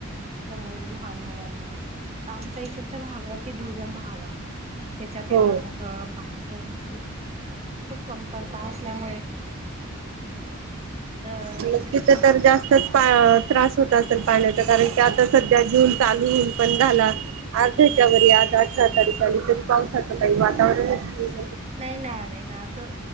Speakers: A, on the right (about 30°); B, on the right (about 75°).
A: यांच्यामुळे ला लहान मुलांना आमच्या इकडच्या भागातील दुर्गम भाग हा. त्याच्यात हे
B: हो
A: ना मग पाण्याच म्हणजे खूप कमतरता असल्यामुळे तर
B: हुं तिच तर जास्त तर पण त्रास होत असल पाण्याचा कारण की आता सध्या जून चालू हुन पण झाला अर्ध्याच्या व आज अठरा तारीख आली तरी पावसाचं काही वातावरणच नई
A: नाही ना नाही ना असं